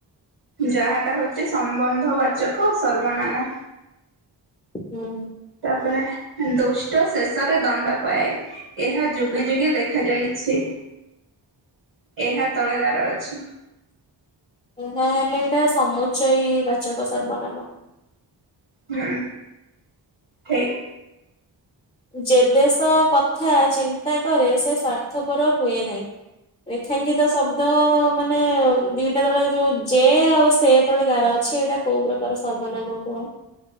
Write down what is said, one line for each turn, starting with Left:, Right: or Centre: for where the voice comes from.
Right: ଯାହାଟା ହଉଚି ସମ୍ବନ୍ଧ ବାଚକ ସର୍ବନାମ।
Left: ହୁଁ।
Right: ତାପରେ ଦୁଷ୍ଟ ଶେଷରେ ଦଣ୍ଡ ପାଏ। ଏହା ଯୁଗେ ଯୁଗେ ଦେଖା ଯାଇଛି।
Left: <inaudible>
Right: ଏହାତଳେ ଗାରଅଛି।
Left: ହୁଁ ହାଁ ହେଲେ ଏଇଟା ସମୁଚୟୀ ବାଚକ ସର୍ବନାମ।
Right: ହୁଁ ଠିକ୍
Left: ଯେ ଦେଶ କଥା ଚିନ୍ତାକରେ ସେ ସ୍ଵାର୍ଥପର ହୁଏନାହିଁ। ଲେଖାଙ୍କିିତ ଶବ୍ଦ ମାନେ ଦିଟା ତଳେ ଯୋଉ ଜେ ଆଉ ସେ ତଳେ ଗାରଅଛି ଏଇଟା କୋଉ ପ୍ରକାର ସର୍ବନାମ କୁହ?